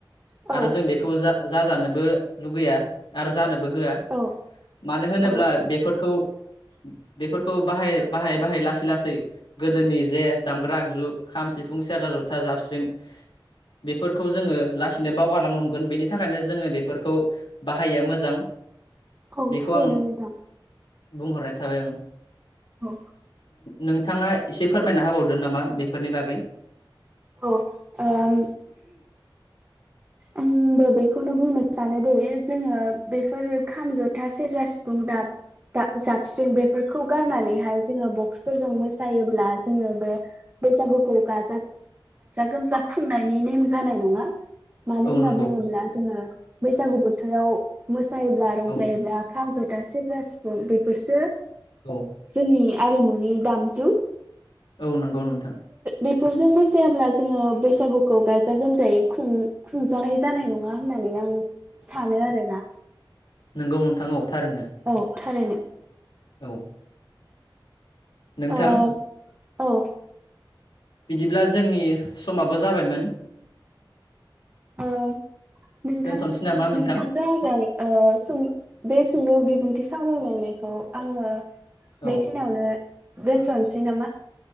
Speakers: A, on the right; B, on the left.
A: औ
B: आरो जों बेखौ जा जाजानोबो लुगैया आरो जानो बो होआ
A: औ
B: मानो होनोब्ला
A: औ
B: बेफोरखौ <inaudible> बेफोरखौ बाहाय बाहाय बाहाय लासै लासै गोदोनि जे दामग्रा आगजु खाम सिफुं सेरजा जथा जाबस्रिं बेफोरखौ जोङो लासैनो बावगारलांगोन बेनि थाखायनो जोङो बेफोरखौ बाहायिया मोजां।
A: औ
B: बेखौ
A: थारैनो
B: आं
A: नोंथां।
B: बुंहरनाय थाबाय आं‌
A: औ
B: नोंथाङा एसे फोरमायना होबावदो नामा बेफोरनि बागै
A: औ ओम आंबो बेखौनो बुंनो सानो दे जोङो बेफोरो खाम जथा सेरजा सिफुं दाब जाबस्रिं बेफोर फोरखौ गारनानैहाय जोङो बक्स फोरजों मोसायोब्ला जोङो बे बैसागु खौ गा गोमजा खुंनायनि ने जानाय नङा। मानो
B: औ
A: होनना
B: नंगौ
A: बुङोब्ला जोङो। बैसागु बोथोराव मोसा जायोब्ला रंजायोब्ला
B: औ
A: खाम जथा सेरजा सि बेफोरसो
B: औ
A: जोंनि आरिमुनि दामसु
B: औ नंगौ नोंथां
A: बेफोरजों मोसायाब्ला जोङो बैसागुखौ गाजा गोमजायै खुंजानाय जानाय नङा होननानै आं सानो आरोना
B: नोंगौ नोंथां औ थारनो
A: औ थारैनो
B: औ नोंथां
A: ओ औ
B: बिदिब्ला जोंनि समाबो जाबायमोन
A: औ नथां
B: दोनथ'नोसै नामा नोंथां
A: नोंथांजों आंजों बे सुंद' बिबुंथि सावरायलायनायखौ आङो
B: औ
A: बेखिनियावनो दोनस'नोसै नामा